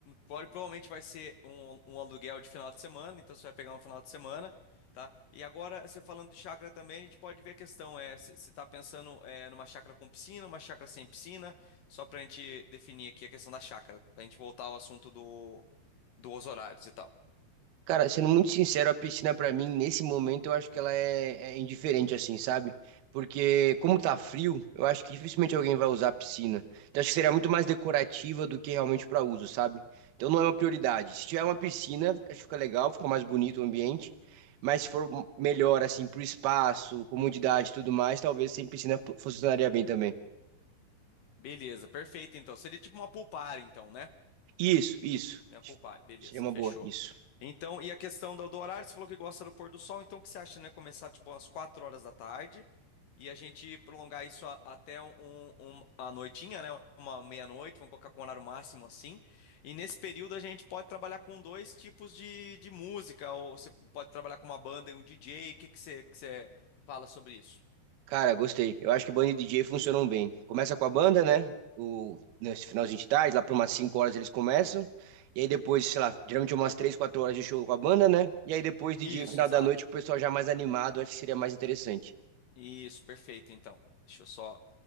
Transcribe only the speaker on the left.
pode- provavelmente vai ser um, um aluguel de final de semana, então você vai pegar um final de semana, tá? E agora, você falando de chácara também, a gente pode ver a questão, é, se você está pensando é, numa chácara com piscina, uma chácara sem piscina, só para a gente definir aqui a questão da chácara, para a gente voltar ao assunto do, dos horários e tal.
Beleza, perfeito então. Seria tipo uma pool party, então, né?
Né, Poupar, beleza,
fechou.
Então, e a questão do, do horário, você falou que gosta do pôr do sol, então o que você acha, né? Começar tipo umas 4 horas da tarde e a gente prolongar isso a- até um, um- um, a noitinha, né? Uma meia-noite, vamos colocar com horário máximo assim. E nesse período a gente pode trabalhar com dois tipos de, de música, ou você pode trabalhar com uma banda e um DJ. O que que você, que você fala sobre isso?
Isso,
exato.
Isso, perfeito, então. Deixa eu só